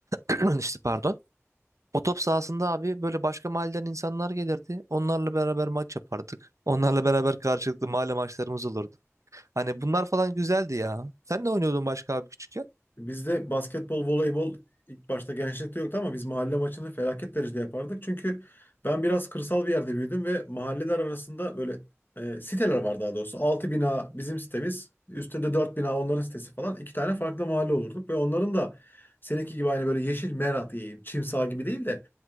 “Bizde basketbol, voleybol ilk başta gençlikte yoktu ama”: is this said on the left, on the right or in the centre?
Left